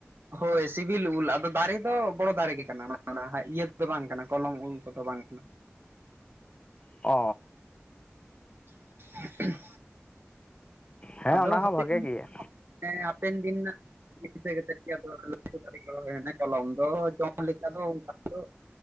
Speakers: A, on the right; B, on the left.
A: ᱦᱳᱭ ᱥᱤᱵᱤᱞ ᱩᱞ ᱟᱫᱚ ᱫᱟᱨᱮ ᱫᱚ ᱵᱚᱲᱚ ᱫᱟᱨᱮ ᱜᱮ ᱠᱟᱱᱟ ᱦᱟᱸᱜ ᱤᱭᱟᱹ ᱛᱮᱫ ᱫᱚ ᱵᱟᱝ ᱠᱟᱱᱟ ᱠᱚᱞᱚᱢ ᱩᱞ᱾ ᱠᱚᱫᱚ ᱵᱟᱝ ᱠᱟᱱᱟ᱾
B: ᱚ
A: <inaudible>
B: ᱦᱮᱸ
A: ᱟᱫᱚ
B: ᱚᱱᱟ
A: ᱦᱟᱯᱮᱱ
B: ᱦᱚᱸ ᱵᱷᱟᱜᱮ
A: ᱫᱤᱱ
B: ᱜᱮᱭᱟ
A: ᱫᱚ ᱦᱟᱯᱮᱱ ᱫᱤᱱ ᱨᱮᱱᱟᱜ ᱫᱤᱥᱟᱹ ᱠᱟᱛᱮ ᱜᱮ ᱟᱫᱚ ᱞᱟᱹᱴᱷᱭᱱᱟ ᱚᱱᱮ ᱠᱚᱞᱚᱢ ᱫᱚ ᱡᱚᱢ ᱞᱮᱠᱟ ᱫᱚ ᱚᱱᱠᱟ ᱫᱚ